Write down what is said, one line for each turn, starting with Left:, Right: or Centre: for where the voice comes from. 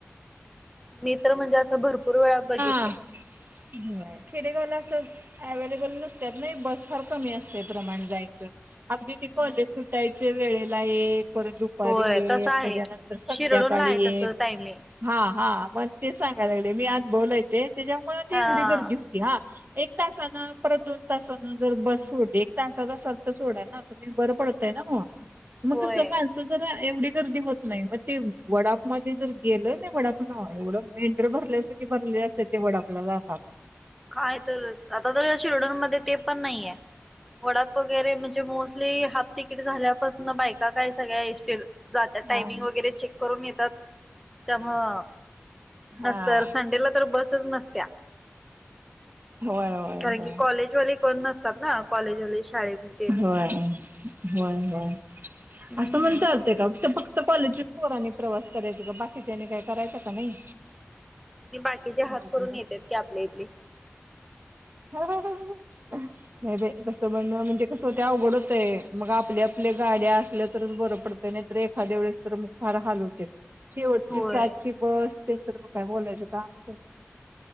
Centre: मी तर म्हणजे असं भरपूर वेळा बघित
Right: आह होय, खेडेगावला असं अवेलेबल नसत्यात नाही, बस फार कमी असतंय प्रमाण जायचं. अगदी ती
Centre: हम्म
Right: कॉलेज सुटायच्या वेळेेत लाईक. परत दुपारी
Centre: होय
Right: एक,
Centre: तसं आहे
Right: त्याच्यानंतर संध्याकाळी
Centre: शिरडूनला आहे
Right: एक.
Centre: तसं टायमिंग
Right: हा हा. मग ते सांग यले. मी आज बोलयचे त्याच्यामुळे ती
Centre: हा
Right: एवढी गर्दी होती हा. एक तासानं परत दोन तासानं जर बस सोडली, एक तासाचा असलं तर सोडा ना, तुम्ही बरं पडतय ना मग. मग
Centre: होय
Right: कसं माणसं जरा एवढी गर्दी होत नाय. म ते वडाप मध्ये जर गेलं ना वडापनं एवढं में ढरं मारल्यासारखी असत्यात, त्या वडापला जाताना.
Centre: काय तरच, आता तर या शिरढोण मध्ये तेपण नाहीये. वडाप वगैरे म्हणजे मोस्टली हाफ तिकीट झाल्या पसणं बायका काय सगळ्या एसटीला जात्यात. टाइमिंग
Right: हा
Centre: वगैरे चेक करून येतात त्यामुळं
Right: हा
Centre: नसतं यार, संडेला तर बसच नसत्या.
Right: होय होय
Centre: कारण
Right: होय
Centre: की, कॉलेजवाले कोण नसतात ना. कॉलेजवाले शाळेत ते
Right: होय होय होय.
Centre: हम्म
Right: असं म्हणून चालतय का? शपक त्या कॉलेजच्याच पोरांनी प्रवास करायचा का, बाकीच्यांनी काय करायचा का नाही.
Centre: बाकीचे हात
Right: अवघड
Centre: करून येत्यात, की आपल्या इथली.
Right: <inaudible> नाही बाय तसं म्हणणं म्हणजे कसं होतंय, अवघड होतंय. मग आपल्या आपल्या गाड्या असल्या तरच बरं पडतंय, नाहीतर एखाद्या वेळेस तर मग फार होतंय. शेवटची
Centre: होय
Right: सातची बस ते तर मग काय बोलायचं कामचं नाय.